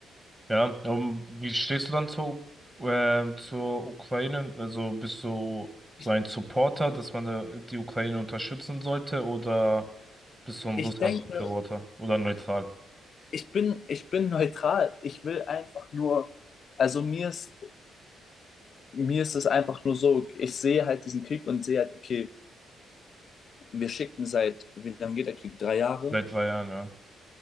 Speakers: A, on the right (about 15°); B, on the left (about 55°).
A: Ja, und wie stehst du dann zu, äh, zur Ukraine? Also bist du so
B: Ich,
A: ein Supporter, dass man da die Ukraine unterstützen sollte, oder bist du ein
B: ich
A: Russland-Befürworter
B: denke,
A: oder neutral?
B: ich bin, ich bin neutral. Ich will einfach nur, also mir ist, mir ist es einfach nur so, ich sehe halt diesen Krieg und sehe halt, okay, wir schicken seit, wie lange geht der Krieg? Drei Jahre?
A: Seit zwei Jahren, ja.